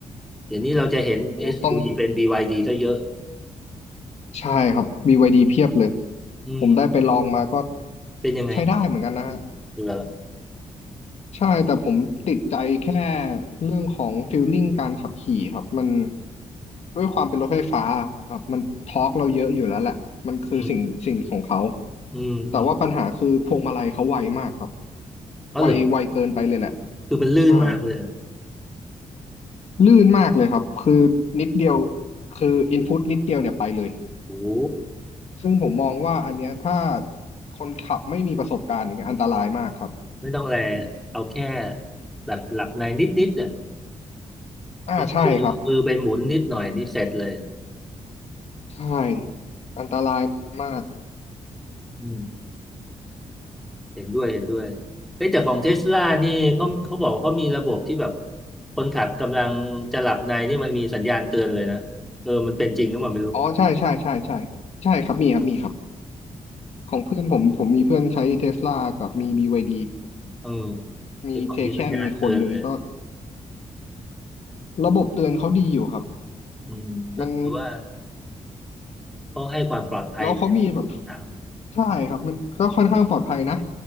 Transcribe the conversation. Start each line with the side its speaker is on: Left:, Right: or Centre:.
Centre: เดี๋ยวนี้เราจะเห็น
Left: โอ้ต้อง
Centre: SUV เป็น BYD ซะเยอะ
Left: ใช่ครับบีวายดีเพียบเลย
Centre: อืม
Left: ผมได้ไปลองมาก็
Centre: เป็นยังไง
Left: ใช้ได้เหมือนกันนะฮะ
Centre: เหรอ
Left: ใช่แต่ผมติดใจแค่เรื่องของฟีลลิ่งการขับขี่ครับมันด้วยความเป็นรถไฟฟ้าครับมันทอร์กเราเยอะอยู่แล้วแหละมันคือสิ่งสิ่งของเขา
Centre: อืมอืมอืม
Left: แต่ว่าปัญหาคือพวงมาลัยเขาไวมากครับ
Centre: อ๋อเหรอ
Left: ไวไวเกินไปเลยแหละ
Centre: คือมันลื่นมากเลยอะ
Left: ใช่ลื่นมากเลยครับคือนิดเดียวคืออินพุตนิดเดียวเนี่ยไปเลย
Centre: โอ้โห
Left: ซึ่งผมมองว่าอันเนี้ยถ้าคนขับไม่มีประสบการณ์อย่างเงี้ยอันตรายมากครับ
Centre: ไม่ต้องแลเอาแค่หลับหลับในนิดนิดเนี่ย
Left: อ่าใช่ครับ
Centre: แล้วมือมือไปหมุนนิดหน่อยนี่เสร็จเลย
Left: ใช่อันตรายมาก
Centre: อืม เห็นด้วยเห็นด้วยเอ้ยแต่ของเทสลานี่เขาเขาบอกว่าเขามีระบบที่แบบคนขับกำลังจะหลับในนี่มันมีสัญญาณเตือนเลยนะเออมันเป็นจริงหรือเปล่าไม่รู้
Left: อ๋อใช่ใช่ใช่ใช่ใช่ครับมีครับมีครับของเพื่อนผมผมมีเพื่อนใช้เทสลากับมี BYD
Centre: เออ
Left: มีเทแคนมีคนหนึ่งก็
Centre: เดี๋ยวพอมีสัญญาณเตือนเลย
Left: ระบบเตือนเขาดีอยู่ครับ
Centre: อืมก็ถือว่า
Left: มัน
Centre: เขาให้ความปลอดภัยเป็น
Left: แล้วเขามีแบบ
Centre: หนัง
Left: ใช่ครับมันก็ค่อนข้างปลอดภัยนะ